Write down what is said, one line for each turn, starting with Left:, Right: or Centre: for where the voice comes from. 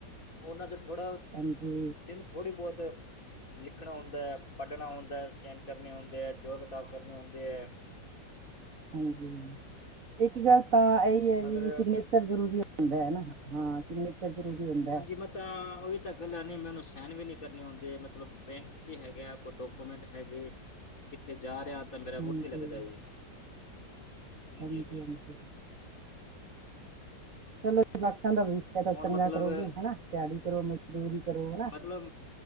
Left: ਉਹਨਾਂ ਚ ਥੋੜ੍ਹਾ
Right: ਹਾਂਜੀ।
Left: ਜਿਨੂੰ ਥੋੜ੍ਹੀ ਬਹੁਤ ਲਿਖਣਾ ਆਉਂਦਾ, ਪੜਨਾ ਆਉਂਦਾ, ਸੈਨ ਕਰਨੇ ਆਉਂਦੇ ਆ, ਜੋਰ ਘਟਾਵ ਕਰਨੇ ਆਉਂਦੇ ਆ। <inaudible>
Right: ਹਾਂਜੀ, ਇੱਕ ਗੱਲ ਤਾਂ ਇਹਹੀ ਹੈ
Left: ਮਗਰ
Right: ਵੀ ਸਿਗਨੇਚ ਨੇਚਰ ਜ਼ਰੂਰੀ ਹੁੰਦਾ ਐ। ਹਾਂ, ਸਿਗਨੇਚਰ ਜ਼ਰੂਰੀ ਹੁੰਦਾ
Left: ਹਾਂਜੀ
Right: ਐ।
Left: ਮੈਂ ਤਾਂ ਉਹੀ ਤਾਂ ਅਕਲ ਹੈ ਨਹੀਂ ਮੈਨੂੰ ਸਹਿਨ ਵੀ ਨਹੀਂ ਕਰਨੀ ਆਉਂਦੇ ਮਤਲਬ ਬੈਂਕ ਚ ਹੀ ਹੈਗਾ ਕੋਈ ਡਾਕੂਮੈਂਟ ਹੈਗੇ। ਕਿੱਥੇ ਜਾ ਰਿਹਾ ਤਾਂ ਮੇਰਾ ਅੰਗੂਠਾ
Right: ਹਾਂਜੀ
Left: ਲੱਗਦਾ ਜੀ। ਹਾਂਜੀ
Right: ਹਾਂਜੀ-ਹਾਂਜੀ।
Left: ਹਾਂਜੀ
Right: ਚਲੋ ਲੱਖਾਂ ਦਾ ਵੀਜਾ ਤਾਂ
Left: ਹੁਣ
Right: ਚੰਗਾ
Left: ਮਤਲਬ
Right: ਕਰੋਗੇ ਹੈਨਾ ਦਿਹਾੜੀ ਕਰੋ ਮਜ਼ਦੂਰੀ। ਕਰੋ ਹਨਾ
Left: ਮਤਲਬ,